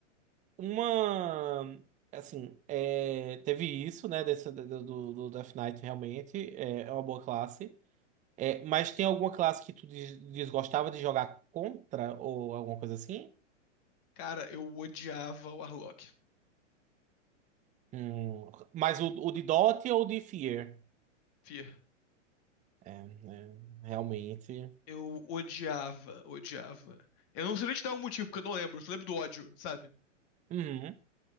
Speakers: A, on the right; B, on the left.
A: uma assim, é, teve isso, né, desse, do, do, do Death Knight realmente, é, é uma boa classe. É, mas tem alguma classe que tu des- desgostava de jogar contra ou alguma coisa assim?
B: Cara, eu odiava o Arlok.
A: Hum, mas o, o de Dot ou o de Fear?
B: Fia.
A: É, né, realmente.
B: Eu odiava, odiava. Eu não sei nem te dar um motivo, porque eu não lembro. Eu só lembro do ódio, sabe?
A: Uhum,